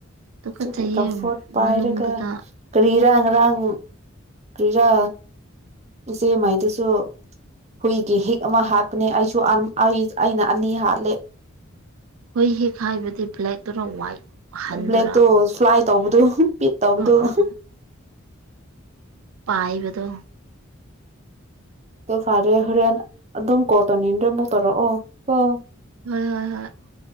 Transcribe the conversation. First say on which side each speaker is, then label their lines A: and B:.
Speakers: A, on the right (about 80°); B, on the right (about 30°).
A: ꯇꯨꯀꯠꯆꯩꯌꯦ
B: ꯑꯗꯨꯒꯤ ꯀꯝꯐꯣꯔꯠ ꯄꯥꯏꯔꯒ
A: ꯃꯅꯨꯡꯗꯨꯗ
B: ꯀꯔꯤꯔꯪ ꯉꯔꯥꯡ ꯀꯔꯤꯔꯥ ꯏꯆꯦ ꯃꯥꯏꯗꯨꯁꯨ ꯍꯨꯏꯒꯤ ꯍꯤꯛ ꯑꯃ ꯍꯥꯞꯄꯅꯦ ꯑꯩꯁꯨ ꯑꯩ ꯑꯩꯅ ꯑꯅꯤ ꯍꯥꯠꯂꯦ
A: ꯍꯣꯏ ꯍꯦꯛ ꯍꯥꯏꯕꯗꯤ ꯕ꯭ꯂꯦꯗꯨꯔ ꯋꯥꯏꯠ ꯍꯟꯗꯨꯔꯥ
B: ꯕ꯭ꯂꯦꯛꯇꯣ ꯁ꯭ꯂꯥꯏ ꯇꯧꯕꯗꯨ ꯄꯤꯠ ꯇꯧꯕꯗꯨꯣ
A: ꯑꯣ ꯑꯣ ꯄꯥꯏꯕꯗꯣ
B: ꯎ ꯐꯔꯦ ꯍꯔꯦꯟ ꯑꯗꯨꯝ ꯀꯣ ꯇꯅꯤꯗꯦ ꯃꯨ ꯇꯧꯔꯣꯑꯣ ꯑꯣ ꯑꯣ
A: ꯍꯣꯏ ꯍꯣꯏ ꯍꯣꯏ